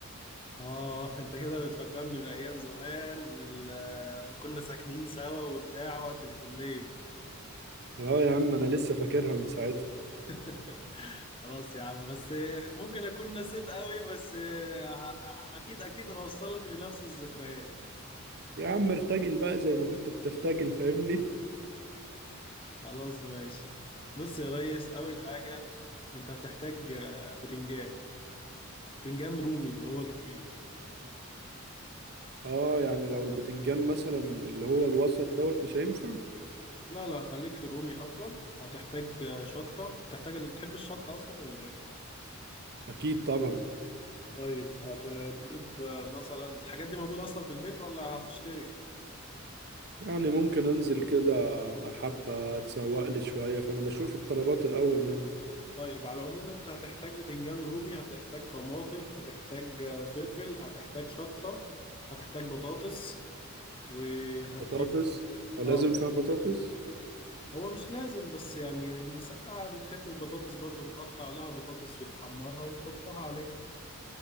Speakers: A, on the left (about 25°); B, on the right (about 50°).
A: اه انت كده بتفكرني بايام زمان ولما كنا ساكنين سوا وبتاع وقت الكليه
B: اه يا عم انا لسه فاكرها من ساعتها
A: <laughs> خلاص يا عم بس ممكن اكون نسيت قوي بس آه، ه- اكيد اكيد هوصلك لنفس الذكريات
B: يا عم ارتجل بقى زي ما كنت بترتجل فاهمني
A: خلاص ماشي بص يا ريس اول حاجه انت بتحتاج آه، بتنجان بتنجان رومي اللي هو الكبير
B: <laughs> اه يعني لو البتنجان مثلا اللي هو الوسط دوت مش هينفع
A: لا لا خليك في الرومي افضل هتحتاج آه، شطه بتحتاج اللي بتحب الشطه اصلا ولا ايه
B: اكيد طبعا
A: طيب هتجيب آه، مثلا الحاجات دي موجودة أصلا في البيت ولا هتشتري؟
B: يعني ممكن انزل كده حبة اتسوق لي شوية فانا بشوف الطلبات الاول من
A: طيب على العموم أنت هتحتاج بتنجان رومي هتحتاج طماطم هتحتاج آه، فلفل هتحتاج شطة هتحتاج بطاطس وهتجيب
B: بطاطس ولازم
A: آه
B: فيها بطاطس
A: هو مش لازم بس يعني مسقعة بتحب البطاطس برضو بتقطع لها بطاطس وتحمرها وتحطها عليه